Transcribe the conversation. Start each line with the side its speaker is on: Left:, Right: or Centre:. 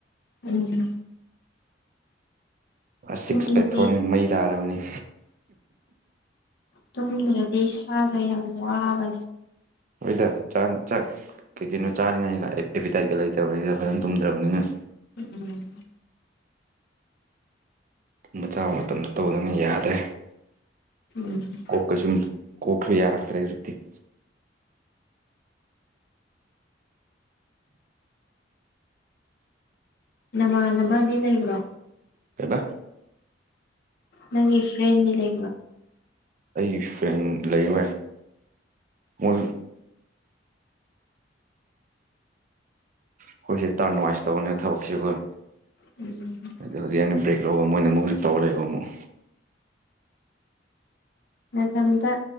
Left: ꯎꯝ
Right: ꯁꯤꯛꯁ
Left: ꯇꯨꯝꯗꯗꯤ
Right: ꯄꯦꯛꯊꯣꯛꯑꯅꯤ ꯃꯩ ꯇꯥꯔꯕꯅꯤ
Left: ꯇꯨꯝꯗ꯭ꯔꯥꯗꯤ ꯏꯁꯗꯣ ꯌꯥꯝ ꯋꯥꯕꯅꯦ
Right: ꯍꯣꯏꯗ ꯆ ꯆꯥꯛ ꯀꯩꯀꯩꯅꯣ ꯆꯥꯅꯤꯡꯉꯥꯏ ꯑꯦꯄꯤꯇꯥꯏꯒ ꯂꯩꯇꯕꯅꯤꯅ ꯐꯖꯅ ꯇꯨꯝꯗ꯭ꯔꯕꯅꯤꯅ
Left: ꯎꯝ ꯎꯝ
Right: ꯊꯨꯝꯕ ꯆꯥꯕ ꯃꯇꯝꯗ ꯇꯧꯗꯕꯅꯤꯅ ꯌꯥꯗ꯭ꯔꯦ
Left: ꯎꯝ
Right: ꯀꯩꯁꯨꯝ ꯀꯣꯛꯁꯦ ꯌꯥꯔꯛꯇ꯭ꯔꯦ ꯍꯧꯖꯤꯛꯇꯤ
Left: ꯅꯃꯥꯟꯅꯕꯗꯤ ꯂꯩꯕ꯭ꯔꯣ
Right: ꯀꯩꯕꯥ
Left: ꯅꯪꯒꯤ ꯐ꯭ꯔꯦꯟ ꯗꯤ ꯂꯩꯕꯔꯣ꯫
Right: ꯑꯩꯒꯤ ꯐ꯭ꯔꯦꯟ ꯂꯩ ꯍꯣꯢ ꯃꯣꯏ꯫ ꯑꯩꯈꯣꯏꯁꯦ ꯇꯔꯥꯟ ꯋꯥꯢ ꯇꯧꯕꯅꯦ ꯊꯕꯛꯁꯤꯕꯣ
Left: ꯎꯝ꯫
Right: ꯑꯗ ꯍꯧꯖꯤꯛ ꯑꯩꯅ ꯕꯔꯦꯛ ꯂꯧꯕ ꯃꯣꯏꯅ ꯑꯃꯨꯛ ꯇꯔꯥꯟ ꯂꯩꯕ ꯑꯃꯨꯛ꯫
Left: ꯃꯊꯟꯇ